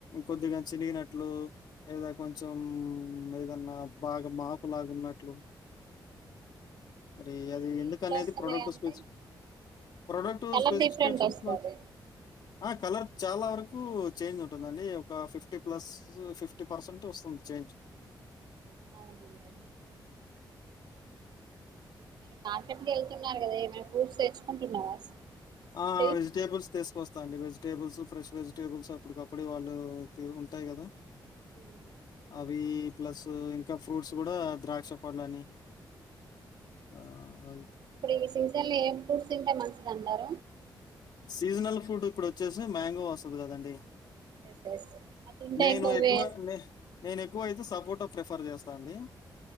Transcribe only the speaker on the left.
కొద్దిగా చినిగినట్లు లేదా కొంచెం ఏదన్నా బాగా మాపు లాగున్నట్లు
మరి అది
ఎందుకు
అనేది
ప్రొడక్ట్
spills product
specifications
ఆ కలర్ చాలా వరకు చేంజ్ ఉంటుందండి ఒక ఫిఫ్టీ ప్లస్ ఫిఫ్టీ పర్సెంట్ వస్తుంద్. చెేయొచ్చు.
ఆ
వెజిటేబుల్స్ తీసుకోస్ తండి వెజిటేబుల్స్ ఫ్రెష్ వెజిటేబుల్స్ అప్పటికప్పుడు వాళ్ళు తియ్యగా ఉంటాయి కదా.
అవి ప్లస్ ఇంకా ఫ్రూట్స్ కూడా ద్రాక్ష పళ్లు అని ఆ అ
సీజనల్ ఫ్రూట్ ఇప్పుడు వచ్చేసి మ్యాంగో వస్తది కదండి.
నేను ఎక్కువ
న నేను ఎక్కువ అయితే సపోర్ట ప్రిఫర్ చేస్తా అండి.